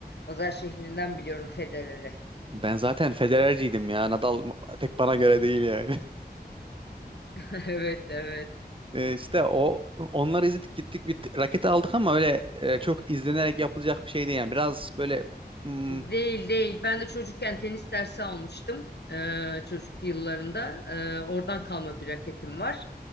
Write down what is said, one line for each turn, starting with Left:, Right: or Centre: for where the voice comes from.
Left: Basel şehrinden biliyorum Federer'i.
Right: Ben zaten Federer'ciydim ya. Nadal pek bana göre değil yani. <laughs>
Left: <laughs> Evet, evet.
Right: E, işte o onları izledik gittik bir t- raket aldık ama öyle e, çok izlenerek yapılacak bir şey değil yani. Biraz böyle hmm,
Left: Değil değil. Ben de çocukken tenis dersi almıştım. Ee, çocukluk yıllarında. Ee, oradan kalma bir raketim var.